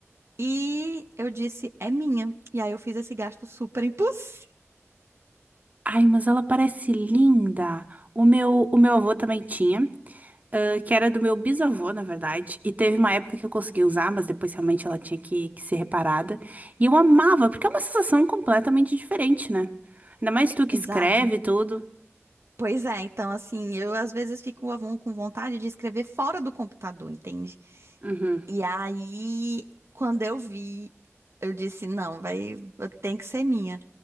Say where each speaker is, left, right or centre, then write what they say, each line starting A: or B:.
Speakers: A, on the right; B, on the right.
A: e eu disse, é minha. E aí eu fiz esse gasto super impulsivo.
B: Ai, mas ela parece linda. O meu, o meu avô também tinha, ah, que era do meu bisavô, na verdade. E teve uma época que eu consegui usar, mas depois realmente ela tinha que, que ser reparada. E eu amava, porque é uma sensação completamente diferente, né? Ainda mais tu que
A: Exato.
B: escreve tudo.
A: Pois é, então assim, eu às vezes fico à von- com vontade de escrever fora do computador, entende?
B: Uhum.
A: E aí, quando eu vi, eu disse, não, vai, tem que ser minha.